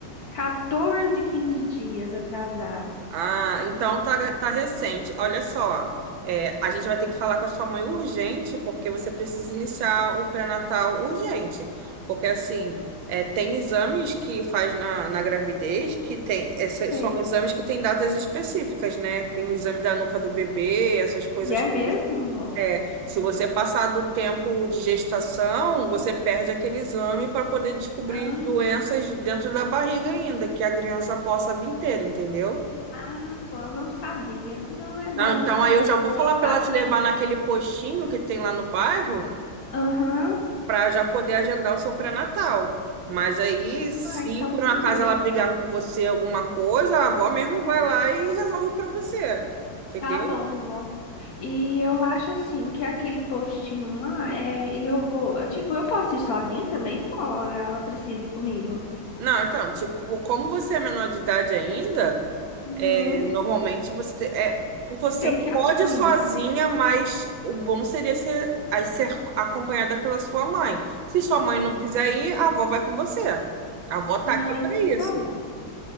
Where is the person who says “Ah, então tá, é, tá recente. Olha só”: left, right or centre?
Right